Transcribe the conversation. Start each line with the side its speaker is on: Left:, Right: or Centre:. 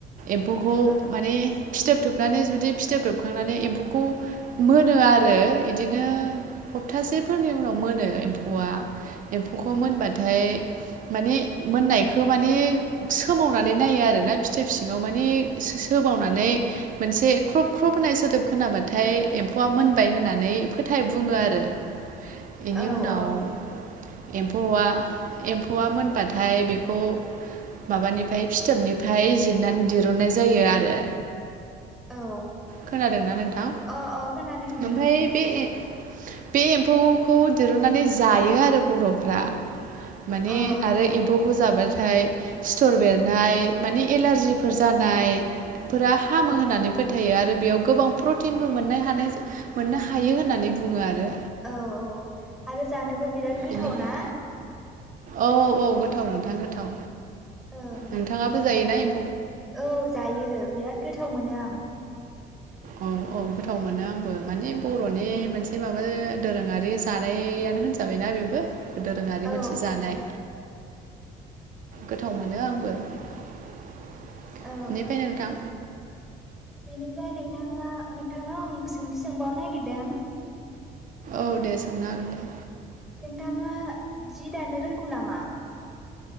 Right: एम्फौखौ
Centre: औ
Right: माने फिथोब थोबनानै जुदि फिथोब थोबखांनानै एम्फौखौ मोनो आरो इदिनो सप्तासेफोरनि उनाव मोनो एम्फौवा। एम्फौखौ मोनबाथाय माने मोननायखो माने सोमावनानै नायो आरो ना फिथोब सिंङाव माने सो-सो मावनानै मोनसे ख्रब ख्रब होननाय सोदोब खोनाबाथाय एम्फौआ मोनबाय होननानै फोथाय बुङो आरो
Centre: <inaudible>
Right: बेनि
Centre: औ
Right: उनाव
Centre: औ
Right: एम्फौआ एम्फौआ मोनबाथाय बेखौ माबानिफ्राय फिथोबनिफ्राय जिरनानै दिहुनन्नाय जायो आरो
Centre: औ
Right: खोनादोंना नोंथां
Centre: अ अ खोनादों नोंथां
Right: ओमफ्राय बे बे एम्फौ खौ दिरुननानै जायो आरो बर'फ्रा माने
Centre: औ
Right: आरो एम्फौ खौ जाबा नाथाय सिथर बेरनाय मान एलारजिफोर जानाय फोरा हामो
Centre: औ
Right: होननानै फोथायो आरो बेयाव गोबां प्रटिनबो मोननो हानाय मोननो हायो होननानै बुङो आरो
Centre: औ औ आरो जानोबो बिराद गोथाव
Right: बेनिफ्राय
Centre: ना?
Right: औ औ गोथाव नोंथां गोथाव
Centre: ओं
Right: नोंथाङाबो जायोना एमफौ?
Centre: औ जायो बिराद गोथाव मोनो आं।
Right: औ औ गोथाव मोनो आंबो माने बर'नि मोनसे माबा दोरोङारि जानाया बेनो होनजाबायना बेबो दोरोङारि
Centre: औ
Right: मोनसे जानाय। गोथाव मोनो आंबो बेनिफ्राय
Centre: औ
Right: नोंथां
Centre: बेनिफ्राय नोंथाङा नोंथांनाव आं सोंथि सोंबावनो नागिरदों
Right: औ दे सोंनो हागोन दे
Centre: नोंथाङा जि दानो रोंगौ नामा?